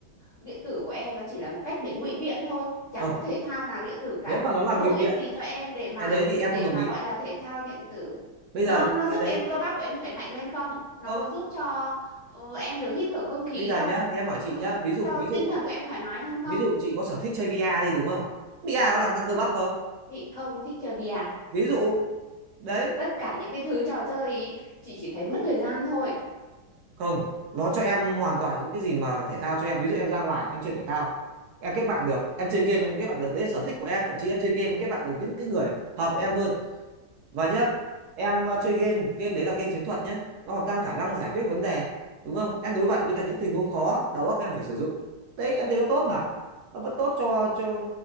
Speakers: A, on the left; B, on the right.
A: điện tử của em nó chỉ là một cách để ngụy biện thôi chẳng
B: không
A: có thể thao nào điện tử cả
B: nếu mà nó là
A: nó
B: ngụy
A: bổ ích
B: biện
A: gì cho em để mà
B: cái đấy thì em
A: để
B: không đồng
A: mà
B: ý
A: gọi là thể thao điện tử
B: bây
A: nó
B: giờ
A: nó
B: cái
A: giúp
B: đấy
A: em cơ bắp của em khỏe mạnh lên không nó
B: không
A: có giúp cho ờ, em được hít thở không khí
B: bây giờ
A: không
B: nhá thì em hỏi chị
A: nó có
B: nhá
A: giúp
B: ví dụ
A: cho
B: ví
A: tinh
B: dụ
A: thần của em thoải mái hơn không
B: ví dụ chị có sở thích chơi bia đi đúng không bia có làm tăng cơ bắp không
A: chị không thích chơi bìa
B: ví dụ đấy
A: tất cả những cái thứ trò chơi ý chị chỉ thấy mất thời gian thôi
B: không nó cho em hoàn toàn những cái gì mà thể thao cho em ví dụ em ra ngoài em chơi thể thao em kết bạn được em chơi game em kết bạn được đấy là sở thích của em thậm chí em chơi game em kết bạn được những cái người hợp em hơn và nhá em ờ, chơi game game đấy là game chiến thuật nhá nó còn tăng khả năng giải quyết vấn đề đúng không em đối mặt với cả những tình huống khó đầu óc em phải sử dụng đấy em thấy nó tốt mà nó vẫn tốt cho cho